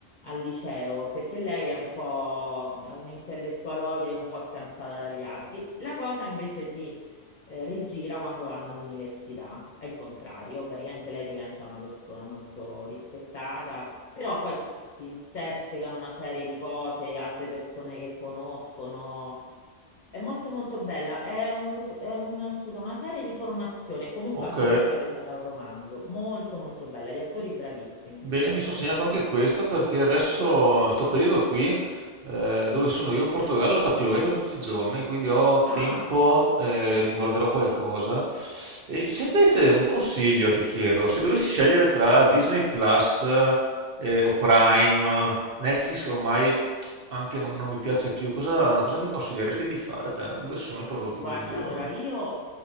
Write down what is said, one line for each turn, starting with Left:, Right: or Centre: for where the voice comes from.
Left: al liceo perché lei è un po' è un intellettualoide, un po' scansata dagli altri. La cosa invece si eh, rigira quando vanno all'università, è il contrario, praticamente lei diventa una persona molto rispettata però poi si, si intersecano una serie di cose, altre persone che conoscono. È molto molto bella. È un, è un- scusa, una serie di formazione, comunque
Right: Ok.
Left: anche questa presa da un romanzo. Molto molto bella. Gli attori bravissimi.
Right: Bene, mi sono segnato anche questa perché adesso, sto periodo qui, eh, dove sono io in Portogallo, sta piovendo tutti i giorni, quindi ho
Left: Ah!
Right: tempo, eh, mi guarderò qualcosa. E se invece un consiglio ti chiedo, se dovessi scegliere tra Disney Plus, eh, o Prime, Netflix ormai anche non, non mi piace più, cosa, cosa mi consiglieresti di fare te? Dove sono i prodotti
Left: Guarda,
Right: migliori?
Left: allora io